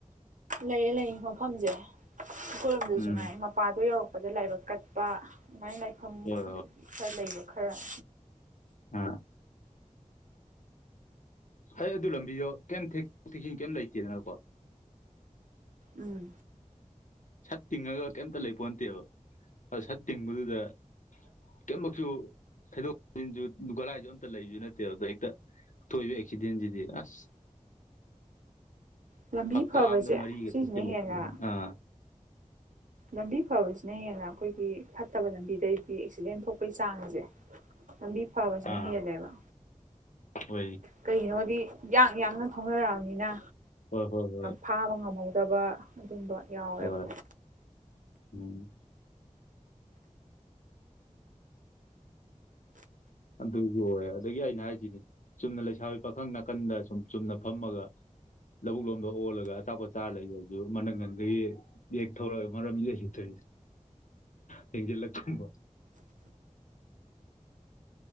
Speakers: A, on the right (about 80°); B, on the left (about 75°).
A: ꯂꯩꯌꯦ ꯂꯩ ꯃꯐꯝꯁꯦ ꯑꯩꯈꯣꯏꯂꯣꯝꯗꯁꯨ
B: ꯎꯝ
A: ꯉꯥꯏ ꯃꯄꯥꯗꯣ ꯌꯧ꯫ ꯑꯄꯗ ꯂꯥꯏꯕꯛ ꯀꯠꯄ ꯑꯗꯨꯃꯥꯏ ꯂꯥꯏꯐꯝ
B: ꯍꯣꯏ
A: ꯑꯗꯒꯤ ꯈꯔ ꯂꯩꯕ ꯈꯔ ꯑ꯫
B: ꯑꯝ꯫ ꯑꯩ ꯑꯗꯨ ꯂꯝꯕꯤꯗꯣ ꯀꯩꯝ ꯊꯦꯛ ꯊꯦꯛꯆꯟ ꯀꯩꯝ ꯂꯩꯇꯦꯗꯅꯀꯣ꯫
A: ꯎꯝ
B: ꯁꯠ ꯇꯤꯡꯉꯒ ꯀꯩꯝꯇ ꯂꯩꯄꯣꯇꯦꯕ ꯑ ꯁꯠ ꯇꯤꯡꯕꯗꯨꯗ꯫ ꯀꯩꯝꯃꯛꯁꯨ ꯊꯩꯗꯣꯛꯁꯨ ꯒꯂꯥꯏꯁꯨ ꯑꯝꯇ ꯂꯩꯕꯁꯨ ꯅꯠꯇꯦ ꯑꯗꯨꯗꯣ ꯍꯦꯛꯇ꯫ ꯊꯣꯏꯕ ꯑꯀꯁꯤꯗꯟꯁꯤꯗꯤ ꯑꯁ꯫
A: ꯂꯝꯕꯤ
B: ꯍꯞꯇꯥ
A: ꯐꯕꯁꯦ
B: ꯑꯝꯗ ꯃꯔꯤꯒ
A: ꯁꯤꯁꯤꯅ
B: ꯊꯣꯛꯆꯤꯜꯂꯛꯄ
A: ꯍꯦꯟꯅ
B: ꯑꯥ꯫
A: ꯂꯝꯕꯤ ꯐꯕꯁꯤꯅ ꯍꯦꯟꯅ ꯑꯩꯈꯣꯏꯒꯤ ꯐꯠꯇꯕ ꯂꯝꯕꯤꯗꯩꯗꯤ ꯑꯦꯛꯁꯤꯗꯦꯟ ꯊꯣꯛꯄꯒꯤ ꯆꯥꯡ ꯑꯁꯦ꯫ ꯑꯕꯤ ꯐꯥꯋꯥꯖꯤꯅ
B: ꯑꯥ
A: ꯍꯦꯜꯂꯦꯕ꯫
B: ꯑꯣꯏ
A: ꯀꯩꯒꯤꯅꯣꯗꯤ ꯌꯥꯡ ꯌꯥꯡꯅ ꯊꯥꯎꯅꯔꯛꯑꯃꯤ꯫ ꯅ
B: ꯍꯣꯏ ꯍꯣꯏ ꯍꯣꯏ
A: ꯐꯥꯕ ꯉꯝꯍꯧꯗꯕ ꯑꯗꯨꯝꯕ ꯌꯥꯎꯋꯦꯕ꯫
B: ꯍꯣꯏ ꯎꯝ꯫ ꯑꯗꯨ꯫ ꯌꯣꯏꯑꯦ ꯑꯗꯒꯤ ꯑꯩꯅ ꯍꯥꯏꯔꯤꯁꯤꯅꯦ ꯆꯨꯝꯅ ꯂꯩꯁꯥꯕꯤ ꯄꯥꯈꯪ ꯅꯥꯀꯟꯗ ꯁꯨꯝ ꯆꯨꯝꯅ ꯐꯝꯃꯒ꯫ ꯂꯧꯕꯨꯛ ꯂꯣꯝꯗ ꯑꯣꯜꯂꯒ ꯑꯆꯥꯄꯣꯠ ꯆꯥꯔ ꯂꯩꯕꯗꯨ ꯃꯅꯪꯉꯟꯗꯒꯤ ꯌꯦꯛ ꯊꯧꯔꯑꯒ ꯃꯔꯝꯁꯤꯗ ꯍꯤꯊꯣꯏ꯫ ꯊꯦꯡꯖꯤꯂꯛ ꯀꯝꯕ꯫